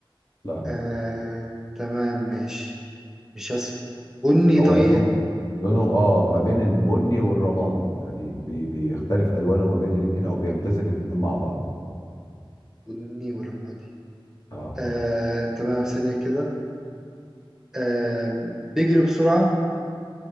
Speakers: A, on the left; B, in the centre.
A: لا
B: آه تمام ماشي مش اصفر بني
A: هو
B: طيب
A: لونه لونه اه ما بين البني والرمادي يعني بي... بيختلف الوانه ما بين الاتنين او بيمتزج الاتنين مع بعض
B: بني ولا ماضي
A: اه
B: آه تمام ثانية كده آه بيجري بسرعة